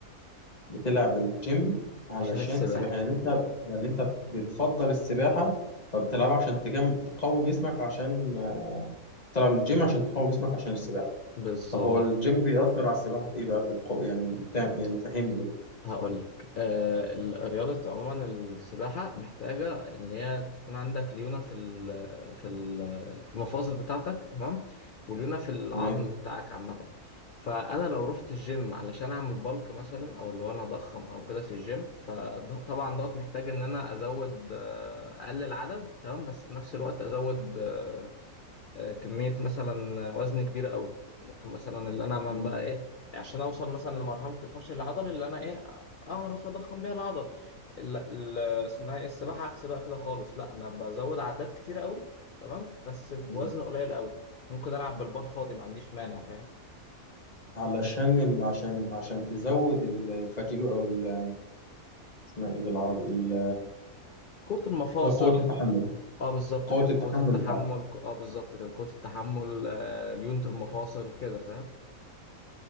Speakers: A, on the left; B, on the left.
A: بتلعب الجيم علشان
B: عشان السباحه
A: السباحة يعني أنت يعني أنت بتفضل السباحة فبتلعبها عشان تجم تقوي جسمك عشان تلعب الجيم عشان تقوي جسمك عشان السباحة
B: بالظبط
A: طب هو الجيم بيأثر على السباحة في إيه بقى في القوة يعني بتاع- يعني فهمني كده
B: هقول لك آه الرياضة عموما السباحة محتاجة إن هي تكون عندك ليونة في ال في ال في المفاصل بتاعتك تمام وليونة في العظم
A: تمام
B: بتاعك عامة فأنا لو رحت الجيم علشان أعمل بالك مثلا أو اللي هو أنا أضخم أو كده في الجيم فطبعا دوت محتاج إن أنا أزود آه، أقلل عدد تمام بس في نفس الوقت أزود آه، آه، كمية مثلا وزن كبير قوي ممكن مثلا اللي انا من
A: تمام
B: بقى ايه عشان اوصل مثلا لمرحلة الفشل العضلي اللي انا ايه اعرف اضخم بيها العضل ال- ال- اسمها ايه السباحة عكس بقى كده خالص لا انا بزود عدات كتير قوي تمام بس بوزن
A: تمام.
B: قليل قوي ممكن العب بالبار فاضي ما عنديش مانع فاهم
A: علشان ال... عشان عشان تزود ال- الفاتيجو أو ال... اسمها إيه بالعربي ال...
B: قوة المفاصل
A: قوة التحمل
B: اه بالظبط
A: قوة
B: كده
A: التحمل
B: قوة التحمل
A: بتاعتك
B: اه بالظبط كده قوة التحمل آه، ليونة المفاصل كده فاهم